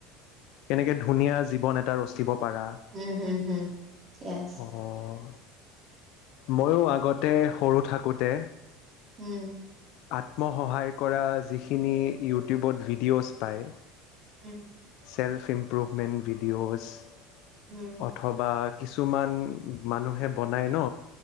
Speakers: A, on the left; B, on the right.
A: কেনেকে ধুনীয়া জীৱন এটা ৰচিব পাৰা,
B: উম হম হম য়েছ
A: অহ। মইয়ো আগতে সৰু থাকোতে
B: উম।
A: আত্মসহায় কৰা যিখিনি ইউটিউবত ভিডিঅ'জ পায়।
B: উম।
A: চেল্ফ ইমপ্ৰুভমেণ্ট ভিডিঅ'ছ
B: হম
A: অথবা কিছুমান মানুহে বনাই ন,